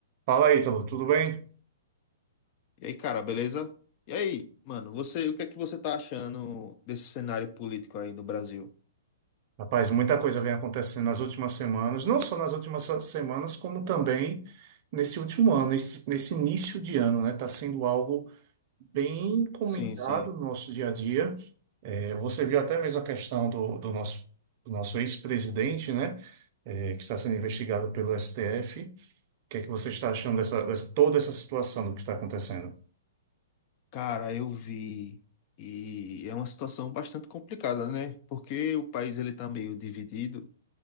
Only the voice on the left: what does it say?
E aí, cara, beleza? E aí, mano, você, o que é que você tá achando desse cenário político aí no Brasil?
Sim, sim.
Cara, eu vi. E é uma situação bastante complicada, né? Porque o país ele tá meio dividido.